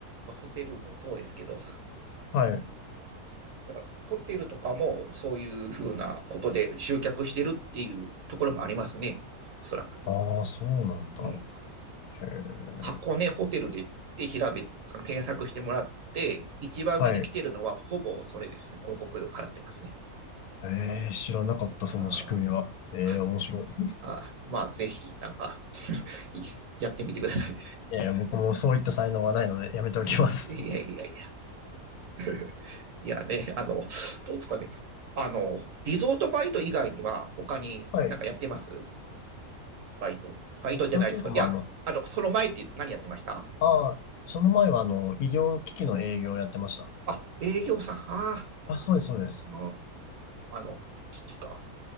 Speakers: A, on the right (about 60°); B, on the left (about 75°).
A: まあ、ホテルもそうですけど、
B: はい。
A: だからホテルとかもそういうふうなことで集客してるっていうところもありますね、おそらく。
B: ああ、そうなんだ。
A: うん、
B: へえ。
A: 箱根、ね、ホテルでで調べ、あの検索してもらって、一番上に来てるのはほぼそれですね、
B: はい。
A: 広告を払ってますね。
B: えー、知らなかった、その仕組みは。
A: あ
B: えー、
A: あ
B: 面白い。い
A: あまあ、ぜひ、なんか <laughs> やってみてください。
B: やいや、僕もそういった才能はないので、やめておきます。
A: <laughs> いやいやいや。<laughs> いやね、あの、どうですかね。あの、リゾートバイト以外には、他になんかやってます
B: <laughs> はい。
A: バイト。バイトじゃないですか。
B: 他というか、まあ、
A: いや、
B: あの、
A: あの、その前って何やってました
B: ああ、その前は、あの、医療機器の営業をやってました。
A: あ、営業さん。あ
B: あ、そうです、そうです。
A: ーあの、機器か。